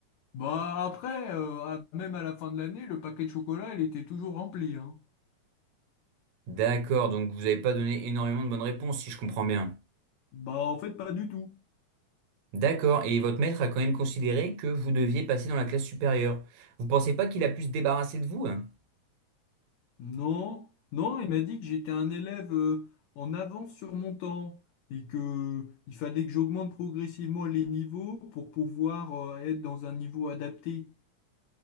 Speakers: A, on the left; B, on the right.
A: Bah, après, euh, à- même à la fin de l'année, le paquet de chocolat, il était toujours rempli, hein.
B: D'accord, donc vous n'avez pas donné énormément de bonnes réponses, si je comprends bien.
A: Bah, en fait, pas du tout.
B: D'accord, et votre maître a quand même considéré que vous deviez passer dans la classe supérieure. Vous pensez pas qu'il a pu se débarrasser de vous? hein
A: Non, non, il m'a dit que j'étais un élève euh, en avance sur mon temps et que euh, il fallait que j'augmente progressivement les niveaux pour pouvoir euh, être dans un niveau adapté.